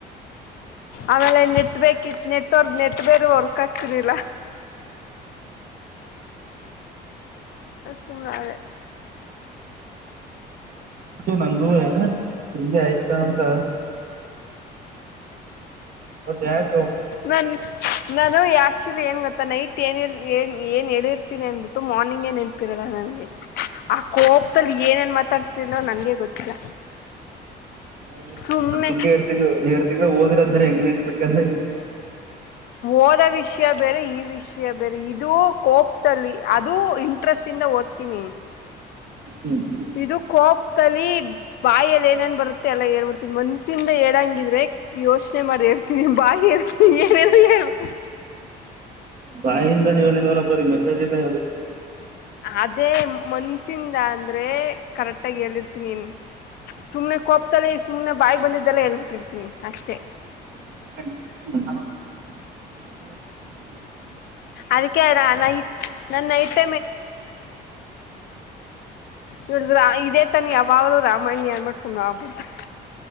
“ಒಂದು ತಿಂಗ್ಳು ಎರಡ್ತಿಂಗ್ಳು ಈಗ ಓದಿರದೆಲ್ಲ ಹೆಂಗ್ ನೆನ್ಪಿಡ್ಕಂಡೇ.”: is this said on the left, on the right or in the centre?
Right